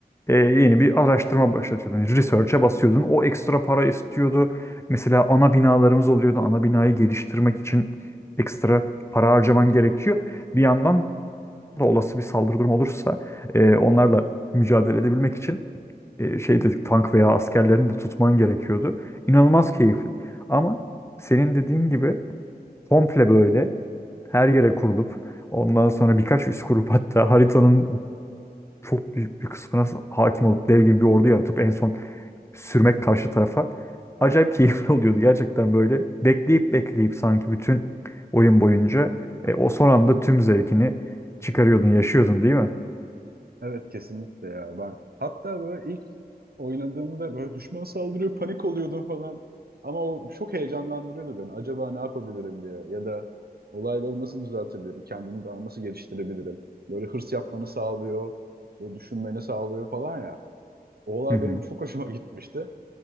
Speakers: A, on the left; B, on the right.
A: e, yeni bir araştırma başlatıyordun. yani Research'e basıyordun. O ekstra para istiyordu. Mesela ana binalarımız oluyordu. Ana binayı geliştirmek için ekstra para harcaman gerekiyor. Bir yandan da olası bir saldırı durumu olursa e, onlarla mücadele edebilmek için e, şey dedik tank veya askerlerini de tutman gerekiyordu. İnanılmaz keyifli. Ama senin dediğin gibi Komple böyle her yere kurulup ondan sonra birkaç üs kurup hatta haritanın çok büyük bir kısmına hakim olup dev gibi bir ordu yaratıp en son sürmek karşı tarafa acayip keyifli <laughs> oluyordu gerçekten böyle bekleyip bekleyip sanki bütün oyun boyunca e, o son anda tüm zevkini çıkarıyordun yaşıyordun değil mi?
B: Evet kesinlikle ya ben. Hatta böyle ilk oynadığımda böyle düşman saldırıyor panik oluyordum falan. Ama o çok heyecanlandırıyordu beni. Acaba ne yapabilirim diye ya da olayları nasıl düzeltebilirim, kendimi daha nasıl geliştirebilirim. Böyle hırs yapmanı sağlıyor, böyle düşünmeni sağlıyor falan ya. O olay
A: Hı hı.
B: benim çok hoşuma <laughs> gitmişti.